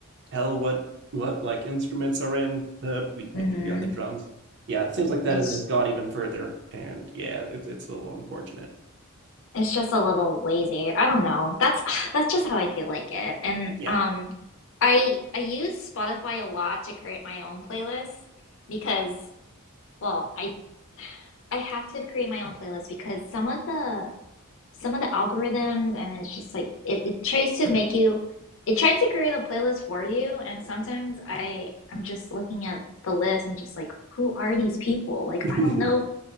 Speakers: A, on the right; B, on the left.
A: tell what what like instruments are in the
B: hmm
A: maybe beyond the drums. Yeah, it seems like that
B: It's
A: has, has gone even further, and yeah, it, it's a little unfortunate.
B: it's just a little lazy. I don't know. That's <sighs> that's just how I feel like it. And
A: Yeah,
B: um I I use Spotify a lot to create my own playlists because well, I <sighs> I have to create my own playlist because some of the some of the algorithms and it's just like it, it tries to make you it tries to create a playlist for you and sometimes I I'm just looking at the list and just like who are these people? Like
A: <laughs>
B: I don't know